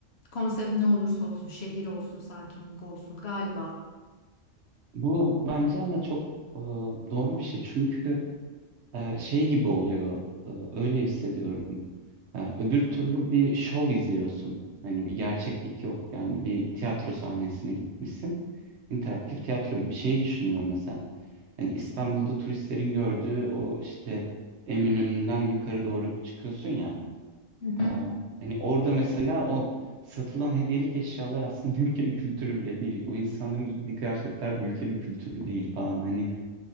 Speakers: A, on the left; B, on the right.
A: Konsept ne olursa olsun, şehir olsun, sakinlik olsun galiba.
B: Bu bence ama çok e, doğru bir şey. Çünkü e, şey gibi oluyor. e, öyle hissediyorum. E, öbür türlü bir şov izliyorsun. Hani bir gerçeklik yok. Yani bir tiyatro sahnesine gitmişsin. İnteraktif tiyatro gibi şeyi düşünüyorum mesela. Hani İstanbul'da turistlerin gördüğü o işte Eminönü'nden yukarı doğru çıkıyorsun ya.
A: Hı hı.
B: E, hani orada mesela o satılan hediyelik eşyalar aslında <laughs> bu ülkenin kültürü bile değil. O insanların giydiği kıyafetler bu ülkenin kültürü değil falan. Hani